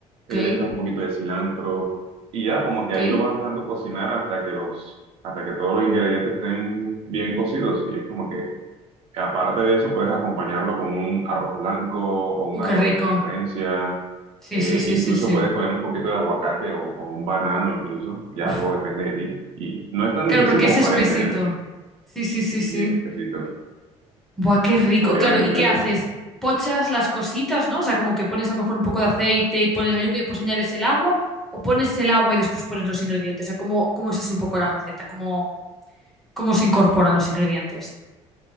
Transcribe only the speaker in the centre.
Ok,
ok.
¡Uh, qué
rico!
Sí,
sí, sí,
sí, sí.
Uf.
Claro,
porque
es espesito.
Sí, sí, sí,
sí.
Buah, qué rico.
Claro,
¿y qué
haces? Pochas las cositas, ¿no? O sea, como que pones a lo mejor un poco de aceite y pones la yuca y pues añades el agua, o pones el agua y después pones los ingredientes. O sea, ¿cómo, cómo es así un poco la receta? ¿Cómo, cómo se incorporan los ingredientes.